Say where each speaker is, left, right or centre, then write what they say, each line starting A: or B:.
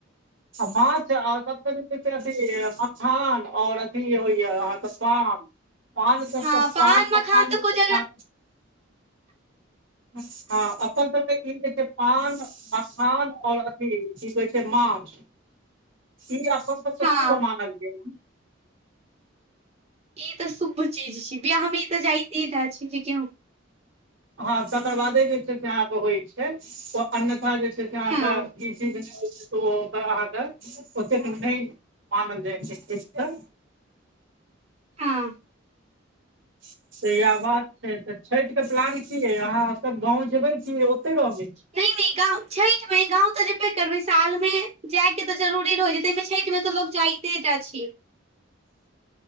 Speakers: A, on the right (about 70°); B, on the right (about 35°).
A: माछ आर सभ जे अथी मखान आओर अथी होइय अहाँ। पान पान <unintelligible> सब
B: हँ
A: पान मखान
B: तऽ कोजगरा
A: ह हँ अपन सबके ई जे छै पान मखान आऔर अ थि जी माछ ईी अपन त क्त
B: हँ
A: भमा लिय
B: ई तऽ शुभ चीज छी बिआ हम ई तऽ जाइते रहटा छी जेक हम
A: हँ तकर बादे जे छै से अहाँके होइ छै ओ अन्यथा जे छै हाँीी
B: हँ
A: <unintelligible> ओ ओते अहाँके ओतेक नै मानल जाइ छै
B: हँ
A: <unintelligible> छठि के प्लान की यइ अहाँ सब गाँव जेबै की ओतै रहबै
B: नै नै गांव छठ मे गांव तऽ जेबे करबै साल मे जाए के तऽ जरुरी रहै छै तैमे छैठमे तऽ लोक जाइते टा छै